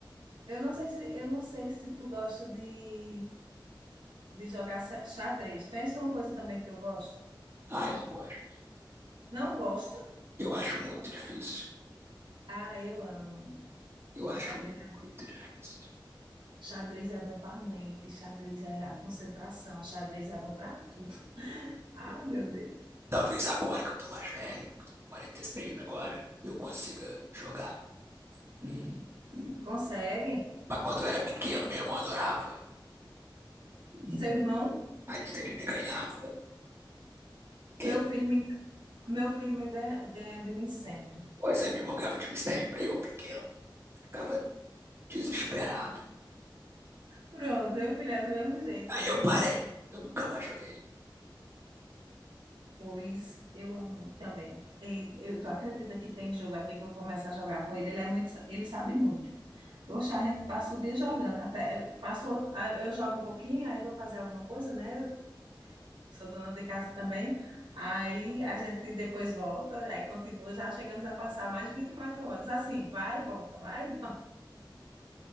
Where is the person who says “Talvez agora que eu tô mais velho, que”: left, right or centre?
Right